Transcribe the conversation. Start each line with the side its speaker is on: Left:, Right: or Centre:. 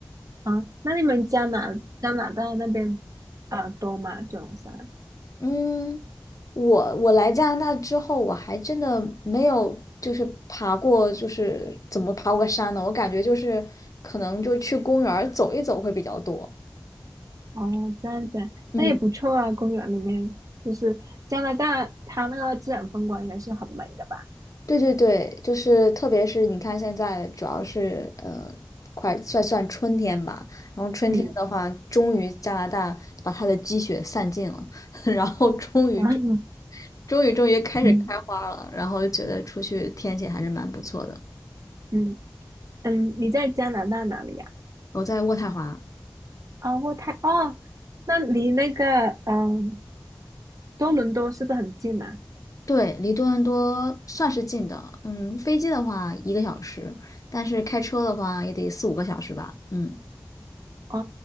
Right: 啊，那你们加拿加拿大那边啊多吗？这种山？
Left: 嗯，我我来加拿大之后，我还真的没有就是爬过，就是怎么爬过山呢？我感觉就是可能就去公园儿走一走会比较多。
Right: 哦，这样子啊，
Left: 嗯，
Right: 那也不错啊。公园里面就是加拿大，它那个自然风光应该是很美的吧？
Left: 对对对，就是特别是你看现在主要是呃，快算算春天吧，然后春天的话，
Right: 嗯
Left: 终于加拿大把它的积雪散尽了，<laughs> 然后终于终
Right: <laughs>，然
Left: 终于终于开始开花了，
Right: 嗯
Left: 然后就觉得出去天气还是蛮不错的。
Right: 嗯嗯，你在加拿大哪里呀、
Left: 我在渥太华。
Right: 哦，渥太哦，那离那个嗯、多伦多是不是很近啊？
Left: 对，离多伦多算是近的，嗯，飞机的话一个小时，但是开车的话也得四五个小时吧，嗯。
Right: 哦，